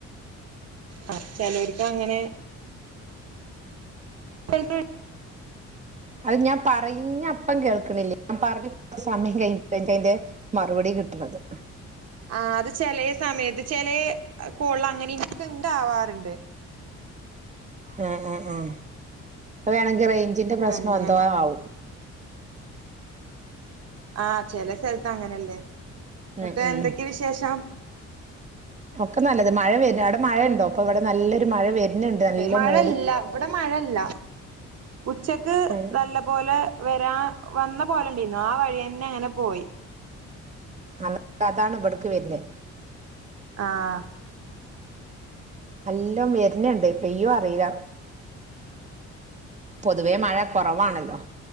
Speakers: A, on the right; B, on the right.
A: ആ ചെലോര്ക്ക് അങ്ങനെ <unintelligible>
B: അത് ഞാൻ പറയ് ഞ്ഞപ്പം കേൾക്ണില്ല ഞാൻ പറഞ്ഞ സമയം കഴിഞ്ഞിട്ടാ ഇജ്ജയിന്റെ മറുപടി കിട്ടണത്
A: ആ അത് ചെലേ സമയത്ത് ചെലേ കോൾള് അങ്ങനി ഇൻക്ക് ഇന്താവാറുണ്ട്
B: എഹ് എഹ് എഹ് അത് വേണെങ്കി റേഞ്ചിന്റെ പ്രശ്നം
A: അങ്ങനെ
B: എന്തോ ആവും.
A: ആഹ് ചെല സെൽത്ത് അങ്ങനല്ലേ. ന്നട്ട്
B: ഉം ഉം
A: എന്തൊക്കെയ വിശേഷം?
B: ഒക്കെ നല്ലത്. മഴ വര് ൻ്റ്. അവിടെ മഴണ്ടോ. ഇപ്പൊ ഇവിടെ നല്ലൊരു മഴ വര്ന്ണ്ട്. നല്ല
A: മഴല്ല
B: മൂടി
A: ഇവിടെ മഴല്ല ഉച്ചക്ക്
B: ഏഹ്
A: നല്ല പോലെ വരാ വന്ന പോലണ്ടീന്നു ആ വഴിയന്നെ ങ്ങനെ പോയി.
B: അ അതാണ് ഇവിടക്ക് വര്നെ.
A: ആഹ്.
B: അല്ലൊം വര്ന്ണ്ട്. പെയ്യോ അറീല്ല. പൊതുവേ മഴ കൊറവാണല്ലോ.